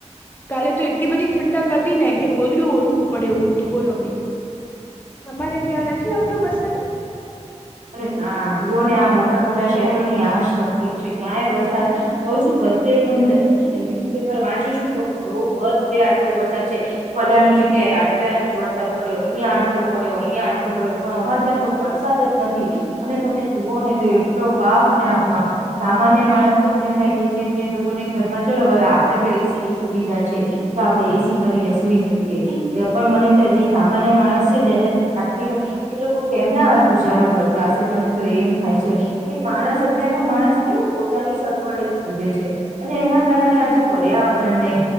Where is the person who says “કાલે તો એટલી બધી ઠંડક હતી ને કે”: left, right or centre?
Left